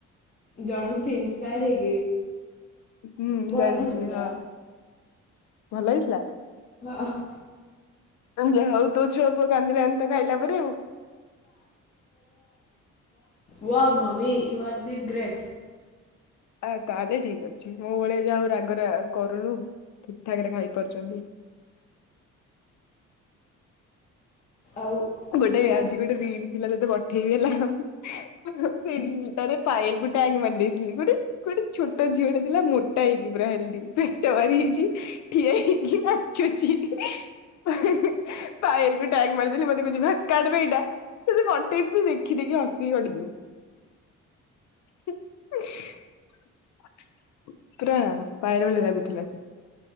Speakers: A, on the left; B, on the left.
A: ଜଣଙ୍କଠୁ ଇନ୍ସ୍ପାୟର ହେଇକି
B: ହୁଁ
A: ଭଲ
B: ଜାଣିଛି
A: ଲାଗୁଥିଲା
B: ହଁ ଭଲ ହେଇଥିଲା।
A: ଓହୋ।
B: ଯ ହଉ ତୋ ଛୁଆ ପୁଅ କାନ୍ଦିଲଣି ତ ଖାଇଲା ପରେ ଆଉ
A: wow mummy you are the great
B: ଆଉ ତାହେଲେ ଠିକ ଅ ଛି ମୋ ଭଳିଆ ଯାହା ହଉ ରାଗରେ ଆଉ କରୁନୁ ଠିକଠାକ ରେ ଖାଇପାରୁଛନ୍ତି।
A: ଆଉ
B: ଗୋଟେ
A: ଆଉ
B: ଆଜି
A: କଣ
B: ଗୋଟେ ରିଲ ଥିଲା ତତେ ପ ଠେଇ ଦେଲା ଆଉ। <unintelligible> ଆରେ ପାୟଲ କୁ ଟ୍ୟାଗ ମାରଦେଇଥିଲି ଗୋଟେ ଗୋଟେ ଛୋଟ ଝିଅଟେ ଥିଲା ମୋଟା ହେଇକି ପୁରା ହେଲଦି ପେଟ ଭାରି ଯାଇଛି ଠିଆ ହେଇକି ନାଚୁଛି <unintelligible> ପାୟଲ କୁ ଟ୍ୟାଗ ମାରିଥିଲା ମ ଯିବା କାଟ ବେ ଏଇଟା ତତେ ପଠେଇବି ତୁ ଦେଖି ଦେଖି ହସିକି ଗଡି ହୁଁ। <unintelligible> <inaudible> ପୁରା ପାୟଲ ଭଳିଆ ଲାଗୁଥିଲା ସେ।